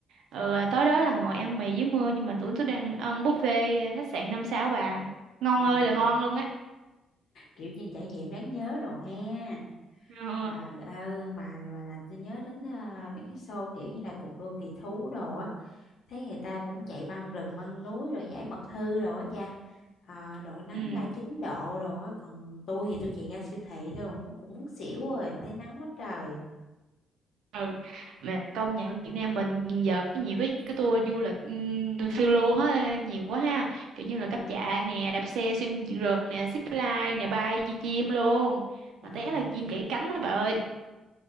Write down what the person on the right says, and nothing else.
ừ, tối đó là ngồi ăn mì dưới mưa nhưng mà tưởng tôi đang ăn buffet khách sạn năm sao bà. Ngon
ơi là ngon luôn á.
Ờ,
Ừ.
ừ mà công nhận Việt Nam mình giờ có nhiều cái cái tour du lịch um, phiêu lưu hết nhiều quá ha kiểu như là cáp
trại nè đạp xe xuyên rừng nè zip line nè bay như chim luôn
mà té là chim gãy cánh đó bà ơi